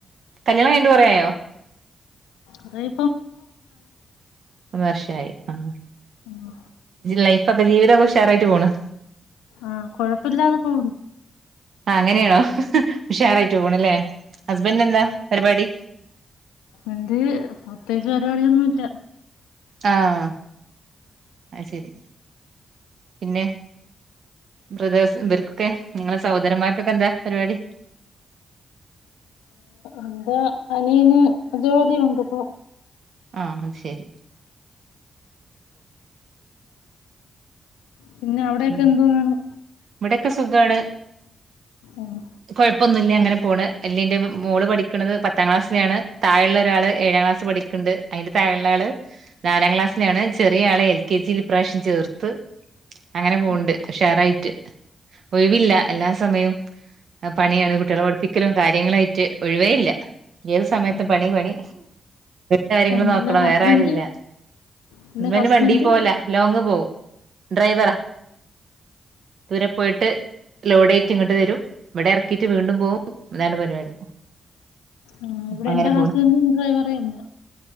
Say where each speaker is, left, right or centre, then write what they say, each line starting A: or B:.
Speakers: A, on the right (about 65°); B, on the left (about 85°).
A: കല്യാണം കഴിഞ്ഞിട്ട് കൊറെ ആയോ
B: അതെ
A: വർഷയായി ആഹ്
B: ആഹ്
A: ലൈഫൊക്കെ ജീവിതൊക്കെ ഉഷാറായിട്ട് പോണ്
B: ആഹ് കൊഴപ്പല്ലാതെ പോന്നു
A: ആഹ് അങ്ങനെയാണോ ഉഷയായിട്ട് പോണല്ലേ ഹസ്ബൻഡ എന്താ പരിപാടി
B: എന്ത് പ്രത്യേകിച്ച് പരിപാടിയൊന്നും ഇല്ല
A: ആഹ് അയ്ശരി പിന്നെ ബ്രദേഴ്സ് ഇവർക്കൊക്കെ നിങ്ങളെ സഹോദരമാർപ്പൊക്കെ എന്താ പരിപാടി
B: എന്താ അനിയന് ജോലിയുണ്ട് ഇപ്പൊ
A: ആഹ് അത് ശെരി
B: പിന്നെ അവിടെക്കെ
A: ഉം
B: എന്തോ വേണം
A: ഇവിടെക്കെ സുഖമാണ്
B: ആഹ്
A: കുഴപ്പമൊന്നുല്ലേ അങ്ങനെ പോണ് എല്ലി എന്റെ മോള് പഠിക്കുന്നത് പത്താം ക്ലാസ്സിലെയാണ് താഴുള്ള ഒരാൾ ഏഴാം ക്ലാസ് പടി ണ്ട് അതിന്റെ താഴുള്ള ആള് നാലാം ക്ലാസ്സിലാണ് ചെറിയ ആളെ എൽ കെ ജിയിൽ ഇ പ്രാവശ്യം ചേർത്ത് അങ്ങനെ പോണ്ട്
B: ഉം,
A: ഉഷാറായിട്ട് ഒഴിവില്ല
B: ഉം,
A: എല്ലാ സമയവും പണിയാണ് കുട്ടികളെ പഠിപ്പിക്കലും കാര്യങ്ങളായിട്ട് ഒഴിവേ ഇല്ല ഏത് സമയത്തും
B: ഉം.
A: പണി പണി കാര്യങ്ങള്
B: ഉം, പിന്നെ
A: നോക്കണം
B: ഹസ്ബൻഡ്
A: വേറെ ആരുല്ല
B: പിന്നെ
A: അസ്ബന്റ്
B: ഹസ്ബൻഡ്
A: വണ്ടി പോല ലോങ്ങ് പോവും ഡ്രൈവറ ദൂരെ പോയിട്ട് ലോഡ് കേറ്റി ഇങ്ങോട്ട് വരും ഇവിടെ ഇറക്കിയിട്ട് വീണ്ടും പോകും അതാണ് പരിപാടി
B: ആഹ് ഇവിടെ
A: അങ്ങനെ
B: എന്റെ ഹസ്ബൻഡും
A: പോണ്
B: ഡ്രൈവർന്ന